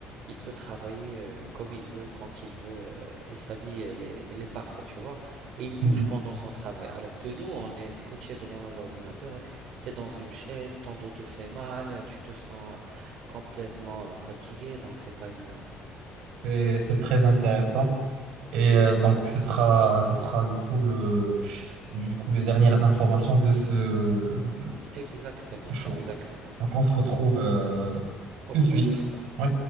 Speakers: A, on the right (about 55°); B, on the right (about 75°).
A: Il peut travailler euh, comme il veut, quand il veut, euh, et sa vie, elle est, elle est parfaite, tu vois. Et il bouge
B: Mhm.
A: pendant son travail. Alors que nous, on est scotché devant nos ordinateurs, t'es dans une chaise, ton dos te fait mal, tu te sens complètement euh, fatigué, donc c'est pas évident.
B: c'est c'est très intéressant. Et euh, donc, ce sera, ce sera du coup, le, du coup les dernières informations de ce,
A: Exactement,
B: ce show.
A: exactement.
B: Donc, on se
A: Oui.
B: retrouve euh,
A: Au
B: tout
A: prochain
B: de suite.
A: alors.
B: Oui.